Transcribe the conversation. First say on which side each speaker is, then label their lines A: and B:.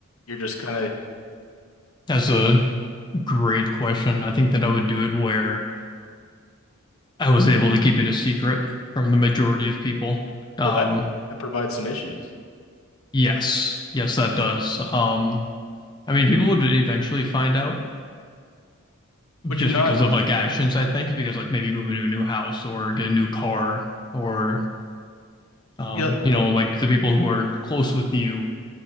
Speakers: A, on the left (about 75°); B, on the left (about 20°).
A: you're just kind of,
B: That's a great question. I think that I would do it where I was able to keep it a secret from the majority of people. Um.
A: well, that that provides some issues?
B: Yes. Yes, that does. Um. I mean, people would eventually find out.
A: Would
B: just
A: you not?
B: because of like actions, I think, because like maybe moving to a new house or get a new car or um,
A: Yeah,
B: you know, like the people who are close with you,